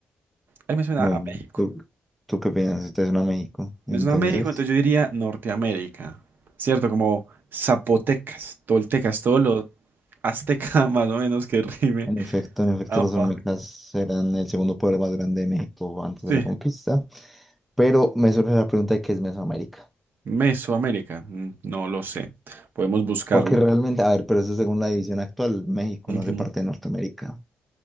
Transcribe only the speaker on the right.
Ahí me suena
a México.
Me
suena a México, entonces yo diría Norteamérica. ¿Cierto? Como zapotecas, toltecas, todo lo azteca <laughs> más o menos que rime.
Afa.
Sí.
Mesoamérica. mm, No lo sé. Podemos buscarlo.
Ujú.